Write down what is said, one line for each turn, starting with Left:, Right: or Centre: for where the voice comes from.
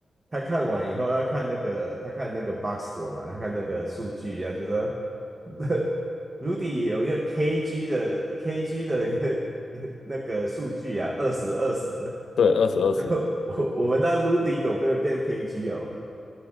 Right: 他看完以后，他看那个，他看那个 box score 嘛，他看那个数据啊，就说 <laughs> Rudy 有一个 KG 的 KG 的一个那个数据啊，二十二十，
Left: 对，二十二十，
Right: <laughs> 我我们那 Rudy 狗变变 KG 哦，